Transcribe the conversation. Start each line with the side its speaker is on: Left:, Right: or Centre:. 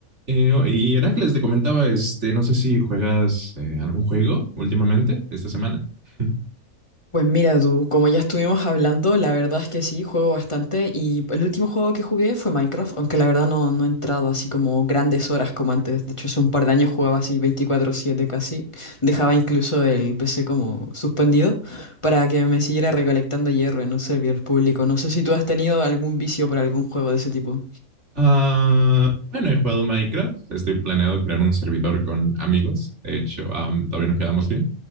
Right: Eh, y Heracles te comentaba, este, no sé si juegas eh, algún juego últimamente, esta semana. <laughs>
Left: Pues mira tú, como ya estuvimos hablando, la verdad es que sí, juego bastante y el último juego que jugué fue Minecraft, aunque la verdad no, no he entrado así como grandes horas como antes. De hecho, hace un par de años jugaba así 24/7 casi. Dejaba incluso el PC como suspendido para que me siguiera recolectando hierro en un servidor público. No sé si tú has tenido algún vicio por algún juego de ese tipo.
Right: Ah, bueno, he jugado Minecraft. Estoy planeado crear un servidor con amigos. De hecho, am, todavía nos quedamos bien.